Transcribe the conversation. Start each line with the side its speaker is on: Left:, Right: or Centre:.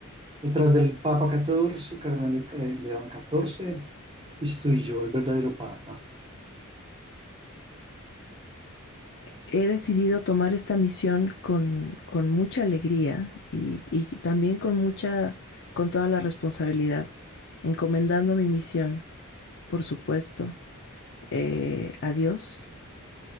Right: Detrás del Papa 14, cardenal eh, León 14, estoy yo, el verdadero Papa.
Left: He decidido tomar esta misión con, con mucha alegría y, y también con mucha, con toda la responsabilidad, encomendando mi misión, por supuesto, eh, a Dios